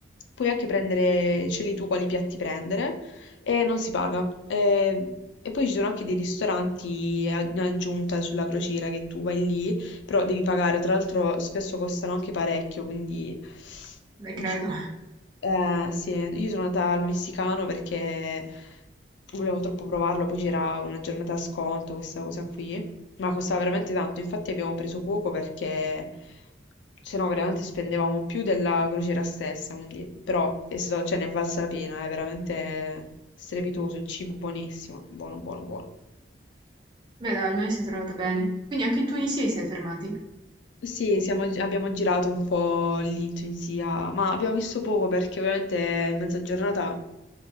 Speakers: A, on the left; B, on the right.
A: puoi anche prendere, scegli tu quali piatti prendere e non si paga. E, e poi ci sono anche dei ristoranti a- in aggiunta sulla crociera che tu vai lì, però devi pagare, tra l'altro spesso costano anche parecchio, quindi
B: Beh,
A: diciamo,
B: credo. <laughs>
A: eh, sì, io sono andata al messicano perché volevo troppo provarlo, poi c'era una giornata a sconto, questa cosa qui. Ma costava veramente tanto, infatti abbiamo preso poco perché se no veramente spendevamo più della crociera stessa, quindi... però è stato- cioè, ne è valsa la pena, è veramente strepitoso, il cibo buonissimo, buono, buono, buono.
B: Beh, dai, almeno si è trovata bene. Quindi anche in Tunisia vi siete fermati?
A: Sì, siamo- abbiamo girato un po' lì in Tunisia, ma abbiamo visto poco perché ovviamente in mezza giornata